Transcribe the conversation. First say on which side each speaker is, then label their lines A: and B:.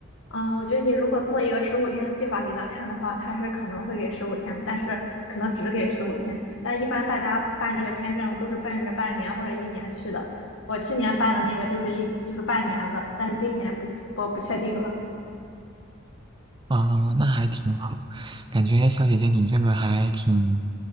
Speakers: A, on the left; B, on the right.
A: 嗯，我觉得你如果做一个十五天的计划给他看的话，他是可能会给十五天，但是可能只给十五天。但一般大家办这个签证都是奔着半年或者一年去的。我去年办的那个就是一就是半年的，但是今年不我不确定了。
B: 啊，那还挺好，感觉小姐姐你这个还挺，